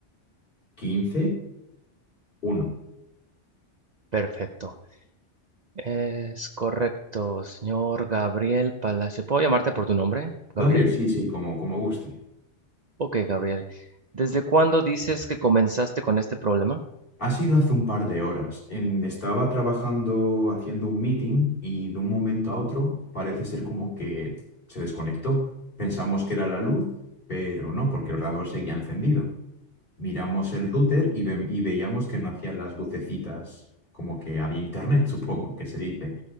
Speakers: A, on the left; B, on the right.
A: quince uno
B: Perfecto. Es correcto, señor Gabriel Palacio. ¿Puedo llamarte por tu nombre,
A: Gabriel,
B: Gabriel?
A: sí, sí, como, como guste.
B: Ok, Gabriel. ¿Desde cuándo dices que comenzaste con este problema?
A: Ha sido hace un par de horas. En- estaba trabajando haciendo un meeting y de un momento a otro parece ser como que se desconectó. Pensamos que era la luz, pero no, porque el ordenador seguía encendido. Miramos el router y, ve- y veíamos que no hacían las lucecitas, como que había internet, <laughs> supongo que se dice.